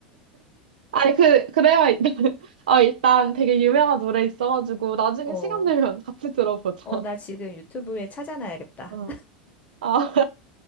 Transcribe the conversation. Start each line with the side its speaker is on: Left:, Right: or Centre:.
Right: 아니, 그, 그대만 있다면. 어, 일단 되게 유명한 노래 있어가지고, 나중에
Left: 어,
Right: 시간 되면 같이 들어보자.
Left: 어, 나 지금 유튜브에 찾아놔야겠다.
Right: 어, 아.